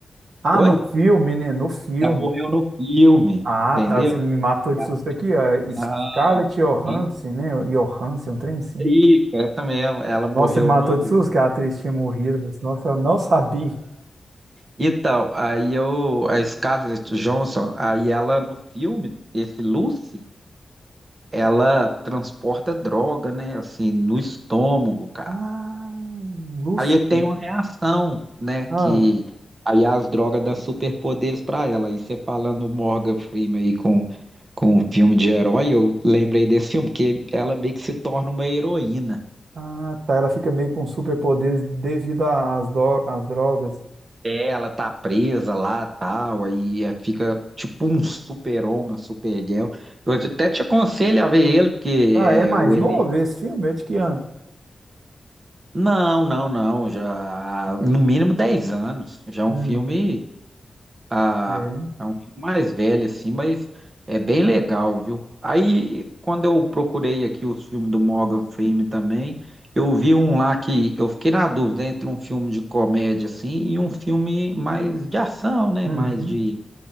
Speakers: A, on the right; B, on the right.
A: Ah,
B: Oi?
A: no filme, né? No filme.
B: Ela morreu no filme,
A: Ah,
B: entendeu?
A: tá. Você me matou de
B: Ela-
A: susto aqui. ó.
B: não,
A: S- Scarlett Johansson,
B: é
A: né? Johansson, um trem sim.
B: isso, essa mesmo. Ela
A: Nossa,
B: morreu
A: me matou
B: no.
A: de susto que a atriz tinha morrido. Eu falei assim, Nossa, eu não sabia.
B: Então, aí eu, a Scarlett Johansson, aí ela no filme, esse Lucy, ela transporta droga, né? Assim, no estômago, cara.
A: Ah, Lucy.
B: Aí tem uma reação, né? Que
A: Ah,
B: aí é as drogas dão superpoderes pra ela. Aí você falando Morgan Freeman aí com, com um filme de herói, eu lembrei desse filme, que ela meio que se torna uma heroína.
A: ah, tá. Ela fica meio com superpoderes devido a- às, do- às drogas.
B: É, Ela tá presa lá tal, aí é, fica tipo um super-homem, uma super-girl. Eu até te aconselho a ver ele, porque
A: Ah,
B: é
A: é mais
B: o elenco.
A: novo esse filme? É de que ano?
B: Não, não, não, já há no mínimo 10 anos. Já é
A: Hum,
B: um filme a,
A: é.
B: a um filme mais velho, assim, mas é bem legal, viu? Aí, quando eu procurei aqui os filmes do Morgan Freeman também, eu vi um lá que eu fiquei na dúvida entre um filme de comédia, assim, e um filme mais de ação, né?
A: Uhum.
B: Mais de.